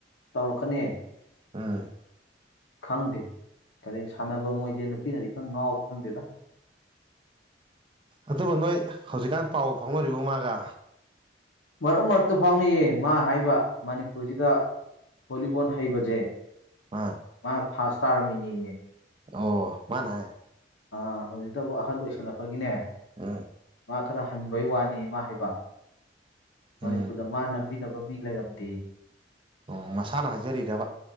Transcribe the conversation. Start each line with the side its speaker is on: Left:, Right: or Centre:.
Left: ꯇꯧꯔꯛꯀꯅꯤ
Right: ꯑꯥ
Left: ꯈꯪꯗꯦ ꯀꯔꯤ ꯁꯥꯟꯅꯕ ꯃꯣꯏꯁꯦ ꯅꯨꯄꯤꯅꯗꯤ ꯈꯔ ꯉꯥꯎꯕ ꯈꯪꯗꯦꯗ
Right: ꯑꯗꯨꯕꯨ ꯅꯣꯏ ꯍꯧꯖꯤꯛꯀꯥꯟ ꯄꯥꯎ ꯐꯥꯎꯅꯔꯤꯕ ꯃꯥꯒ
Left: ꯃꯔꯛ ꯃꯔꯛꯇ ꯐꯥꯎꯅꯩꯌꯦ ꯃꯥ ꯍꯥꯏꯕ ꯃꯅꯤꯄꯨꯔꯁꯤꯗ ꯚꯣꯂꯤꯕꯣꯜ ꯍꯩꯕꯁꯦ
Right: ꯑꯥ
Left: ꯃꯥꯅ ꯐꯥꯁ ꯇꯥꯔꯝꯃꯤꯅꯤꯌꯦ
Right: ꯑꯣ ꯃꯥꯅ ꯍꯥꯏ
Left: ꯑꯥ ꯍꯧꯖꯤꯛꯇꯕꯨ ꯑꯍꯜ ꯑꯣꯏꯁꯜꯂꯛꯄꯒꯤꯅꯦ
Right: ꯑꯥ
Left: ꯃꯥ ꯈꯔ ꯍꯟꯕꯩ ꯋꯥꯅꯤ ꯃꯥ ꯍꯥꯏꯕ ꯃꯅꯤꯄꯨꯔꯗ
Right: ꯎꯝ
Left: ꯃꯥꯅ ꯕꯤꯅꯕ ꯃꯤ ꯂꯩꯔꯝꯗꯦ
Right: ꯑꯣ ꯃꯁꯥꯅ ꯍꯥꯏꯖꯔꯤꯔꯕ